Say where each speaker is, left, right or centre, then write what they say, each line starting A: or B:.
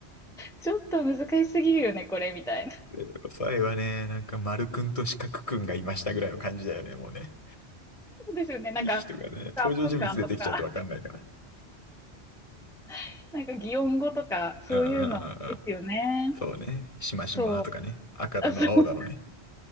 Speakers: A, in the centre; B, on the left.
A: ちょっと難しすぎるよね、これ、みたいな。
B: で最後はね、なんか丸くんと四角くんがいましたぐらいの感じだよね、もうね。
A: そうですよね。なんか、
B: いい人がね、
A: プカプカとか、
B: 登場人物出てきちゃうとわかんないから。
A: <laughs> なんか擬音語とか、そういうのですよね。
B: うんうんうんうん。そうね。しましまとかね。
A: そう。
B: 赤だの青だのね。
A: あ、そう。